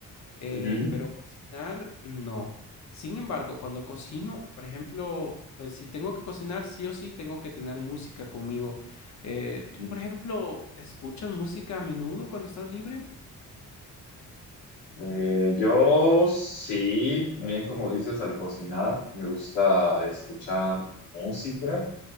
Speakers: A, on the left; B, on the left.
A: Eh,
B: ujú,
A: pero cocinar, no. Sin embargo, cuando cocino, por ejemplo, eh, si tengo que cocinar, sí o sí tengo que tener música conmigo. Eh, ¿tú,
B: ujú.
A: por ejemplo, escuchas música a menudo cuando estás libre?
B: Eh, yo sí, bien como dices, al cocinar me gusta escuchar música.